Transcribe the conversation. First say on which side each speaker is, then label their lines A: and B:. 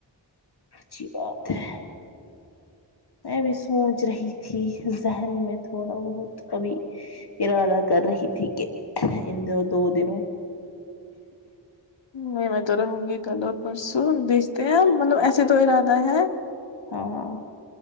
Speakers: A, on the left; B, on the left.
A: اچھی بات ہے میں بھی سوچ رہی تھی ذہن میں تھوڑا بہت ابھی ارادہ کر رہی تھی کہ ان د دو دنوں
B: نہیں میں تو رہوں گی کدر پرسو دچتےم مطلب ایسے تو ارادہ ہے
A: ہاں